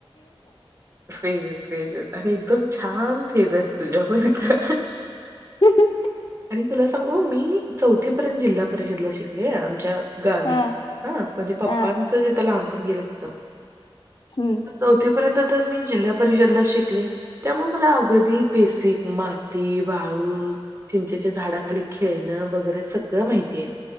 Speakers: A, on the right; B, on the left.
A: फेरत फेरत आणि एकदम छान फिरत तुझ्याप का
B: ह
A: आणि तुला सांगू मी चौथी पर्यंत जिल्हा परिषदला शिकले आमच्या गावी
B: हा
A: हा म्हणजे पप्पांच
B: हा
A: इथ लहानपण गेलंत
B: हम्म
A: चौथीपर्यंत तर मी जिल्हा परिषदला शिकली त्यामुळे मला अगदी बेसिक माती वाळू चिंचेच्या झाडाखाली खेळणं वगैरे सगळं माहिती आहे